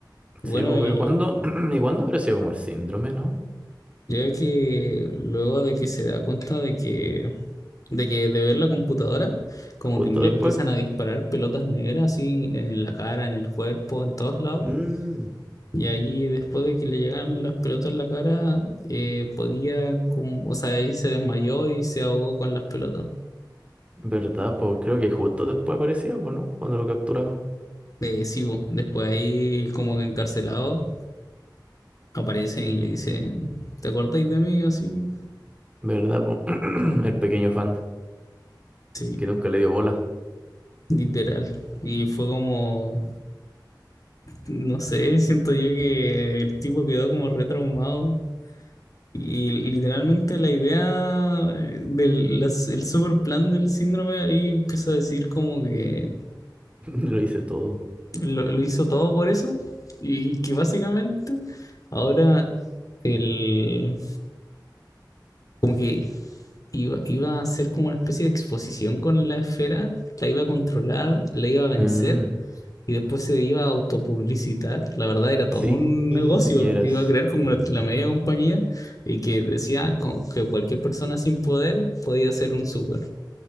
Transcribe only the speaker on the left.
Bueno,
y
Creo que luego de que se da cuenta de que, de que de ver la computadora, como
que le
empiezan a disparar pelotas negras así en la cara, en el cuerpo, en todos lados.
Y ahí después de que le llegan las pelotas en la cara, eh, podía como, o sea, ahí se desmayó y se ahogó con las pelotas.
Eh, sí, bo, después ahí como que encarcelado, aparecen y le dicen, ¿te acordáis de mí? Así,
sí,
literal. Y fue como... No sé, siento yo que el tipo quedó como retraumado. Y literalmente la idea eh, del las- el super plan del síndrome ahí empieza a decir como que
lo, lo hizo todo por eso y, y que básicamente ahora el, como que iba, iba a ser como una especie de exposición con la esfera, la iba a controlar, la iba a vencer
y después se iba a autopublicitar. La verdad era todo
un negocio.
Iba a crear como
la, la media compañía y que decía con- que cualquier persona sin poder podía ser un súper.